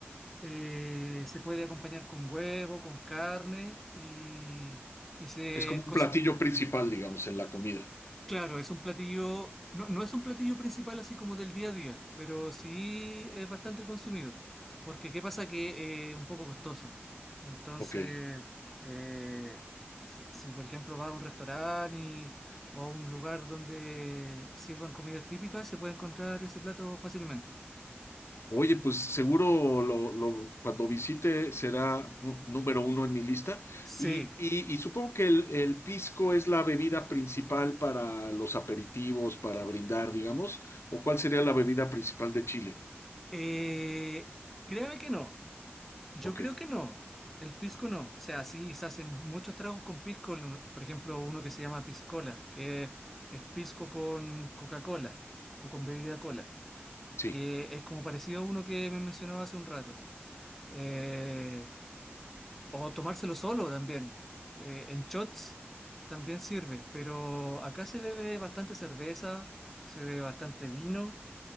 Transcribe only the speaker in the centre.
Eh, se puede acompañar con huevo, con carne y, y se,
cos-
Claro, es un platillo, no, no es un platillo principal así como del día a día, pero sí es bastante consumido, porque qué pasa que eh, es un poco costoso. Entonces,
eh, si, si, por ejemplo vas a un restaurante y- o a un lugar donde sirvan comidas típicas, se puede encontrar ese plato fácilmente.
Sí,
eh, créame que no. Yo
creo que no. El pisco no. O sea, sí, se hacen muchos tragos con pisco. l- Por ejemplo, uno que se llama piscola, que es, es pisco con Coca-Cola o con bebida cola,
que es como parecido a uno que me mencionaba hace un rato. Eh, o tomárselo solo también. Eh, en shots también sirve, pero acá se bebe bastante cerveza, se bebe bastante vino